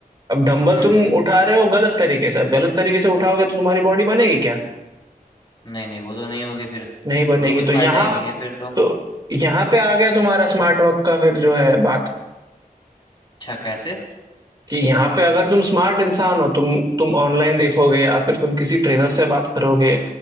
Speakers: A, on the right (about 30°); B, on the left (about 30°).
A: अब डंबल
B: हम्म
A: तुम
B: हम्म
A: उठा रहे हो गलत तरीके से अब गलत तरीके से उठाओगे तो तुम्हारी बॉडी बनेगी क्या
B: नहीं नहीं वो तो नहीं होगी फिर
A: नहीं बनेगी
B: वो तो कुछ
A: तो
B: फायदा
A: यहाँ
B: ही नहीं है फिर तो
A: तो यहाँ पे आ गया तुम्हारा स्मार्ट वर्क का फिर जो है बात
B: अच्छा कैसे
A: कि यहाँ पे अगर तुम स्मार्ट इंसान हो तुम तुम ऑनलाइन देखोगे या फिर तुम किसी ट्रेनर से बात करोगे